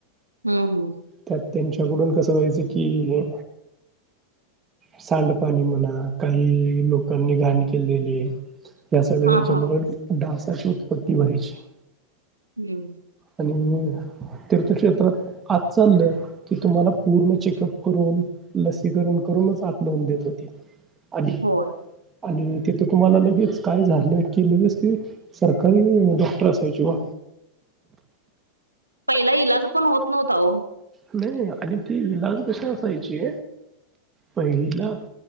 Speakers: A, on the right (about 85°); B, on the right (about 20°).
A: हम हम.
B: त्यात त्यांच्याकडून कसं व्हायचं की सांडपाणी म्हणा काही लोकांनी घाण केलेली या सगळ्याच्यामुळं
A: हा हा
B: डासाची उत्पत्ती व्हायची.
A: हम्.
B: आणि तीर्थक्षेत्रात आत चाललं की तुम्हाला पूर्ण चेकअप करून ल तेकरन करूनच आत लावून देत्याती आधी.
A: होय
B: आणि तिथं तुम्हाला लगेच काय झालं की, लगेच ते सरकारी डॉक्टर असायचे ओ
A: पहिला इलाज पण होत नव्हता ओ.
B: नाही आणि ते इलाज कशे असायचे पहिला